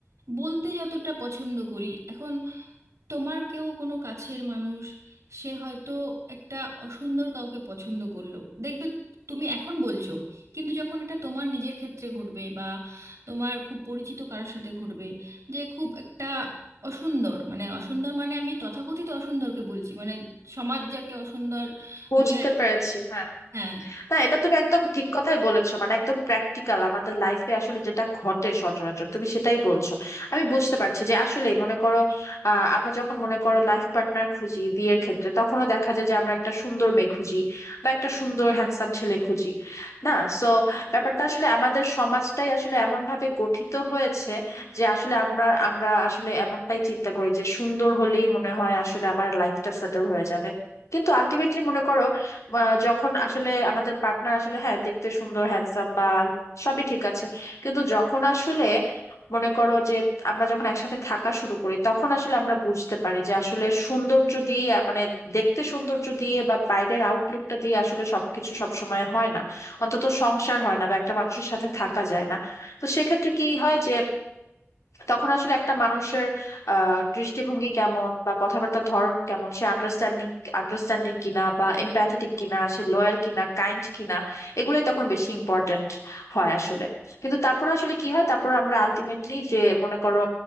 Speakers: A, on the right (about 75°); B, on the left (about 85°).
A: বলতে যতটা পছন্দ করি এখন তোমার কেউ কোনো কাছের মানুষ সে হয়তো একটা অসুন্দর কাউকে পছন্দ করলো দেখবে তুমি এখন বলছো কিন্তু যখন এটা তোমার নিজের ক্ষেত্রে ঘটবে বা তোমার খুব পরিচিত কারোর সাথে ঘটবে যে খুব একটা অসুন্দর মানে অসুন্দর মানে আমি তথাকথিত অসুন্দরকে বলছি মানে সমাজ যাকে অসুন্দর
B: বুঝতে
A: বলে
B: পেরেছি হ্যাঁ
A: হ্যাঁ
B: না
A: তো
B: এটা তুমি একদম ঠিক কথাই বলেছো মানে একদম প্র্যাকটিক্যাল আমাদের লাইফে আসলে যেটা ঘটে সচরাচর তুমি সেটাই বলছো আমি বুঝতে পারছি যে আসলে মনে করো আহ, আমরা যখন মনে করো লাইফ পার্টনার খুঁজি বিয়ের ক্ষেত্রে তখনও দেখা যায় যে আমরা একটা সুন্দর মেয়ে খুঁজি বা একটা সুন্দর হ্যান্ডসাম ছেলে খুঁজি না সো ব্যাপারটা আসলে আমাদের সমাজটাই আসলে এমন ভাবে গঠিত হয়েছে যে আসলে আমরা আমরা আসলে এমনটাই চিন্তা করি যে সুন্দর হলেই মনে হয় আসলে আমার লাইফটা সেটেল হয়ে যাবে কিন্তু আলটিমেটলি মনে করো আহ, যখন আসলে আমাদের পার্টনার আসলে হ্যাঁ দেখতে সুন্দর হ্যান্ডসাম বা সবই ঠিক আছে কিন্তু যখন আসলে মনে করো যে আমরা যখন একসাথে থাকা শুরু করি তখন আসলে আমরা বুঝতে পারি যে আসলে সৌন্দর্য দিয়ে আহ, মানে দেখতে সৌন্দর্য দিয়ে বা বাইরের আউটলুকটা দিয়ে আসলে সবকিছু সবসময় হয় না অন্তত সংসার হয় না বা একটা মানুষের সাথে থাকা যায় না তো সেক্ষেত্রে কি হয় যে তখন আসলে একটা মানুষের আহ দৃষ্টিভঙ্গি কেমন বা কথাবার্তার ধরন কেমন সে আন্ডারস্ট্যান্ডিং আন্ডারস্ট্যান্ডিং কিনা বা এমপ্যাথেটিক কিনা সে লয়াল কিনা কাইন্ড কিনা এগুলোই তখন বেশি ইম্পর্ট্যান্ট হয় আসলে কিন্তু তারপর আসলে কি হয় তারপর আমরা আলটিমেটলি যে মনে করো